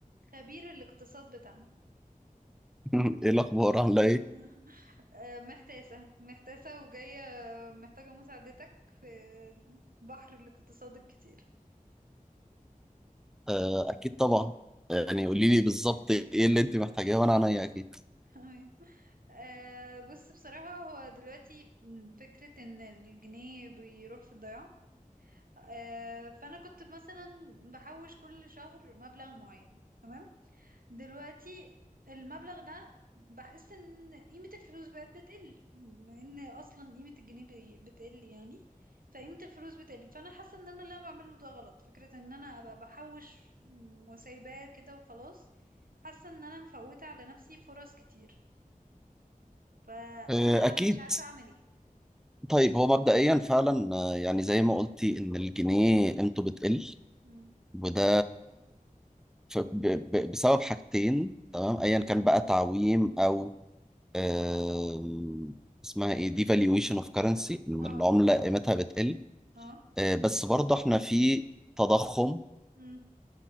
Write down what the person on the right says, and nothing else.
خبير الاقتصاد بتاعنا
<laughs> آه، محتاسة محتاسة وجاية محتاجة مساعدتك في بحر الاقتصاد الكتير
<laughs>
تمام. آه، بص بصراحة هو دلوقتي فكرة ان الجنيه بيروح في الضياع آه، فأنا كنت مثلا بحوش كل شهر مبلغ معين تمام دلوقتي المبلغ ده بحس ان قيمة الفلوس بقت بتقل بما ان اصلا قيمة الجنيه بي- بتقل يعني فقيمة الفلوس بتقل فانا حاسة ان انا اللي انا بعمله ده غلط فكرة ان انا ابقى بحوش م- وسايباه كده وخلاص حاسة ان انا مفوتة على نفسي فرص كتير فانا
بقى
مش عارفة اعمل ايه
مم.
اه
اه
مم.